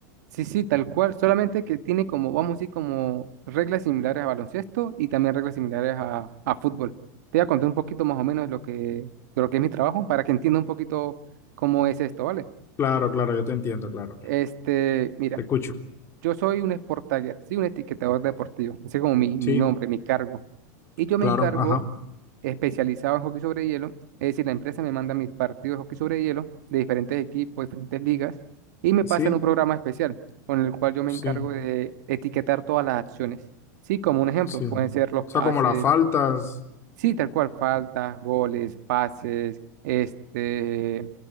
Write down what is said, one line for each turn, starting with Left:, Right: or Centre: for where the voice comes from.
Right: Sí, sí, tal cual, solamente que tiene como, vamos a decir, como reglas similares a baloncesto y también reglas similares a, a fútbol. Te voy a contar un poquito más o menos de lo que, de lo que es mi trabajo para que entienda un poquito cómo es esto, ¿vale?
Left: Claro, claro, yo te entiendo, claro.
Right: Este, mira,
Left: Te escucho.
Right: yo soy un sport tagger, sí, un etiquetador deportivo, ese es como mi, mi
Left: Sí,
Right: nombre, mi cargo. Y yo me
Left: claro,
Right: encargo
Left: ajá.
Right: especializado en hockey sobre hielo, es decir, la empresa me manda mis partidos de hockey sobre hielo de diferentes equipos, diferentes ligas, y me pasan
Left: Sí,
Right: un programa especial con el cual yo me
Left: sí,
Right: encargo de etiquetar todas las acciones. Sí, como un ejemplo,
Left: sí.
Right: pueden
Left: O
Right: ser los pases,
Left: sea, como las faltas.
Right: Sí, tal cual, faltas, goles, pases, este,